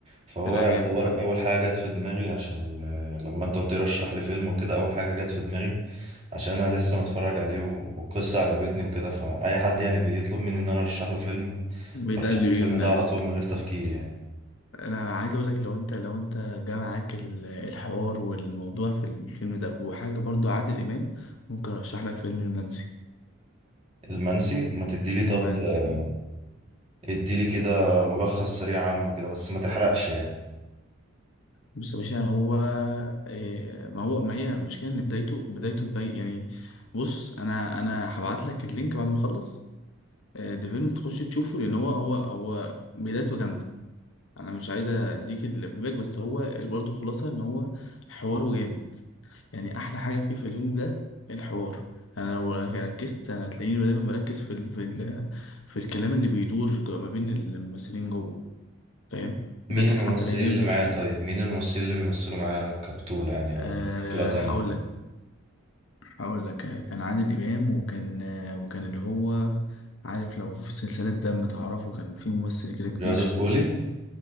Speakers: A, on the right; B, on the left.
A: فهو
B: طلع
A: يعتبر
B: جامد فعلا
A: اول حاجه جت في دماغي عشان آه، لما انت قلت لي رشح لي فيلم وكده اول حاجه جت في دماغي عشان انا لسه متفرج عليه و- والقصه عجبتني وكده فاي حد يعني بيطلب مني ان انا ارشح له فيلم
B: وده
A: ارشح
B: اللي
A: له
B: بيجي
A: الفيلم
B: في دماغك
A: ده على طول من غير تفكير يعني
B: انا عايز اقول لك لو انت لو انت جا معاك ال- الحوار والموضوع في الفيلم ده وحاجه برضو عادل امام ممكن ارشح لك فيلم المنسي
A: المنسي ما تديلي طب
B: المنسي
A: آه، اديلي كده ملخص سريع عنه كده بس ما تحرقش يعني
B: بص يا باشا هو إيه، ما هو ما هي المشكله ان بدايته بدايته تبين يعني بص انا انا هبعت لك اللينك بعد ما اخلص آه، ده فيلم تخش تشوفه لان هو هو هو بدايته جامده انا مش عايز اديك الفيدباك بس هو برضو خلاصه ان هو حواره جامد يعني احلى حاجه فيه في الفيلم ده الحوار انا لو ركزت انا هتلاقيني دايما مركز في ال في ال في الكلام اللي بيدور جو- ما بين الممثلين جوه فاهم
A: مين
B: ده كان
A: الممثلين
B: حتى لا يدير
A: اللي
B: الدخان
A: معايا طيب مين الممثلين اللي بيمثلوا معايا كبطولة يعني او
B: أه
A: بطولة تانية
B: هقول لك هقول لك آه، كان عادل امام وكان آه، وكان اللي هو عارف لو في سلسله دم تعرفه كان في ممثل كده كبير
A: رياض الخولي